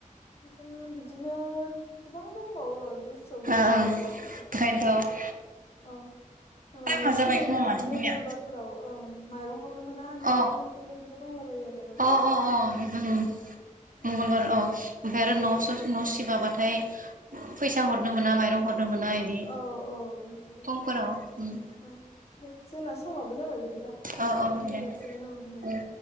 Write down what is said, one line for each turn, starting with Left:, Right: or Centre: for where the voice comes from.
Left: ओ आरो बिदिनो गोबां दं <unintelligible> गोसोआव बेेलायलांला
Right: ओ ओं ओंखायनोथ'
Left: माखासे बाथ्राफोरखौ औ माने
Right: टाइमा
Left: सुनिबा
Right: जाबाय खोमा माथो जोंनिया
Left: मंगलबारफोराव ओं माइरं हरनो मोना ननिफ्राय
Right: अ
Left: बेफोरबायदिबो दंलाबायो आरो
Right: अ अ दङ
Left: औ
Right: मंगलबार
Left: औ
Right: अ ओमफफ्राय आरो न न सिबाबाथाय फैसा हरनो मोना माइरं हरनो मोना बिदि
Left: औ औ बिदि दङ
Right: फुंफोराव उम
Left: औ दे जोंना समाबो जाबाय बिदिबा
Right: औ औ
Left: दोनथ
Right: दे
Left: जासिगोन औ दे
Right: उम